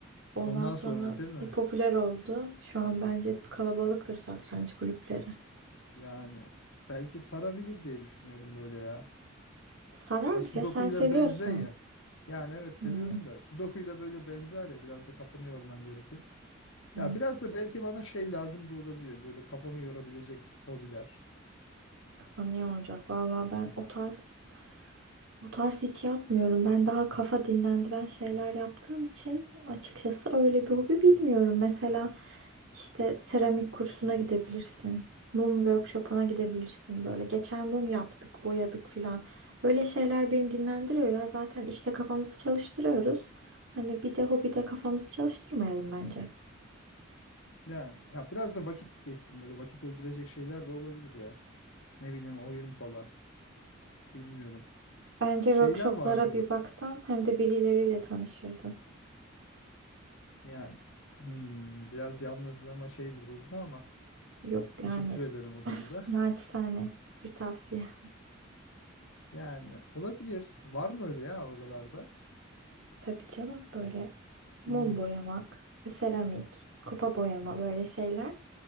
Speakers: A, on the right (about 70°); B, on the left (about 70°).
A: Ondan
B: Ondan
A: sonra
B: sonra değil mi?
A: bir popüler oldu. Şu an bence kalabalıktır satranç kulüpleri.
B: Yani belki sarabilir diye düşünüyorum böyle ya.
A: Sarar
B: Ya Sudoku
A: ya sen
B: ile
A: seviyorsun.
B: benzer ya. Yani evet seviyorum
A: Hı.
B: da Sudoku ile böyle benzer ya biraz da kafanı yorman gerekiyor.
A: Hı.
B: Ya biraz da belki bana şey lazım da olabilir böyle kafamı yorabilecek hobiler.
A: Kafanı yoracak. Valla ben o tarz o tarz hiç yapmıyorum. Ben daha kafa dinlendiren şeyler yaptığım için açıkçası öyle bir hobi bilmiyorum. Mesela işte seramik kursuna gidebilirsin. Mum workshopuna gidebilirsin böyle. Geçen mum yaptık, boyadık filan. Öyle şeyler beni dinlendiriyor ya. Zaten işte kafamızı çalıştırıyoruz. Hani bir de hobide kafamızı çalıştırmayalım bence.
B: Yani ya biraz da vakit geçsin böyle vakit öldürecek şeyler de olabilir ya. Ne bileyim oyun falan bilmiyorum.
A: Bence
B: Şeyler
A: workshoplara
B: vardı
A: bir
B: bu.
A: baksan hem de birileriyle tanışırdın.
B: Yani hmm, biraz yalnızlığıma şey vuruldu ama
A: Yok
B: teşekkür
A: yani
B: ederim o
A: <laughs>
B: konuda.
A: naçizane bir tavsiye.
B: Yani olabilir. Var mı öyle ya oralarda?
A: Tabii canım böyle mum
B: Bilmiyorum.
A: boyamak, seramik, kupa boyama böyle şeyler